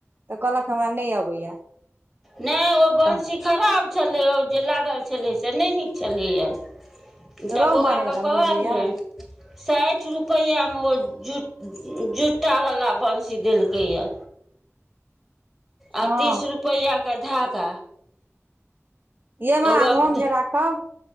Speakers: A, on the right (about 40°); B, in the centre.
A: तऽ कहलक हमरा नहि अबैया
B: नहि ओ बंशी
A: तऽ
B: खराब छलै ओ जे लागल छलै से नहि नीक छलैए तऽ
A: रौ
B: बौआक
A: मारे वाला
B: के कहलियनि
A: मंगेलियै या
B: साठि रुपया रुपेया में ओ जुता बला बंशी देलकै यै आ
A: हँ
B: तीस रुपेया के धागा
A: ये माँ
B: तऽ उएह
A: आब हम जे राखब